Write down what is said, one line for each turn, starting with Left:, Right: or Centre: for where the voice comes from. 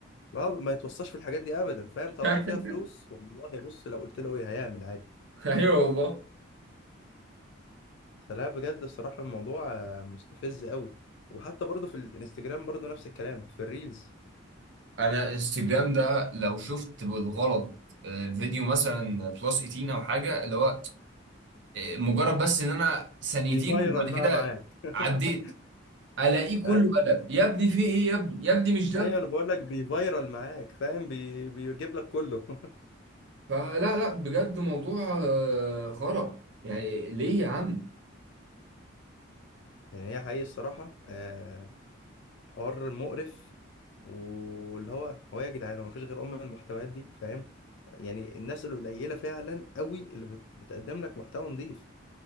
Left: آه ما يتوصاش في الحاجات دي ابدا فاهم طالما
Right: <laughs>
Left: فيها فلوس والله بص لو قلت له ايه هيعمل عادي
Right: ايوه والله
Left: فلا بجد الصراحه الموضوع آه، مستفز قوي وحتى برضو في الانستجرام برضو نفس الكلام في الريلز
Right: انا انستجرام ده لو شفت بالغلط آه، فيديو مثلا بلس 18 او حاجه اللي هو مجرد بس ان انا ثانيتين
Left: بيفيرال
Right: وبعد
Left: بقى
Right: كده
Left: معاك <laughs>
Right: عديت الاقيه كله
Left: اي
Right: قلق يا ابني في ايه يا ابني يا ابني مش ده
Left: ايوه انا بقول لك بيفايرال معاك فاهم بي... بيجيب لك كله <laughs>
Right: فلا لا بجد موضوع آه، خرا يعني ليه يا عم
Left: يعني هي حقيقي الصراحه آه حوار مقرف واللي هو هو إيه يا جدعان ما فيش غير ام المحتويات دي فاهم يعني الناس القليله فعلا قوي اللي بت... بتقدم لك محتوى نظيف